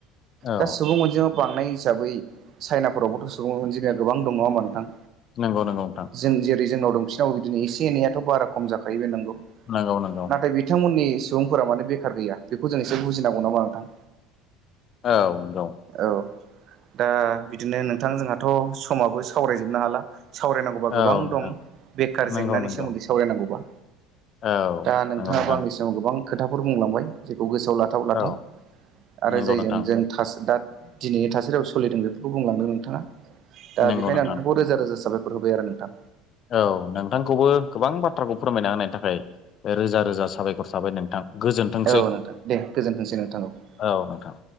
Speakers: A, on the left; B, on the right.
A: औ
B: दा सुबुं अनजिमा बांनाय हिसाबै चाइनाफोरावबोथ' सुबुं अनजिमाया गोबां दं। नङा होमबा नोंथां?
A: नंगौ नंगौ नोंथां।
B: जों जेरै जोंनाव दं बिसिनावबो बिदिनो एसे एनैआथ' बारा खम जाखायो बे नंगौ।
A: नंगौ नंगौ
B: नाथाय बिथांमोननि सुबुंफोरा माने बेखार गैया। बेखौ जों एसे बुजिनांगौ नङा होमबा नोंथां?
A: औ नंगौ।
B: औ दा बिदिनो नोंथां जोंहाथ' समाबो सावरायजोबनो हाला। सावरायनांगौबा गोबां
A: औ नोंथां
B: दं। बेखार
A: नंगौ
B: जेंनानि
A: नंगौ
B: सोमोन्दै सावरायनांगौबा।
A: औ
B: दा नोंथाङाबो
A: नंगौ नोंथां
B: आंनि सिगाङाव गोबां खोथाफोर बुंलांबाय। जेखौ गोसोआव लाथाव लाथाव।
A: औ
B: आरो
A: नंगौ
B: जायजों
A: नोंथां
B: जों दा दिनैनि थासारियाव सोलिदों बेफोरखौ बुंलांदों नोंथाङा। दा
A: नंगौ
B: बेखायनो
A: नोंथां
B: आं नोंथांखौ रोजा रोजा साबायखर होबाय आरो नोंथां।
A: औ नोंथांखौबो गोबां बाथ्राखौ फोरमायना होनायनि थाखाय रोजा रोजा साबायखर थाबाय नोंथां। गोजोनथोंसै
B: औ नोंथां दे गोजोनथोंसै नोंथां‌ औ।
A: औ नोंथां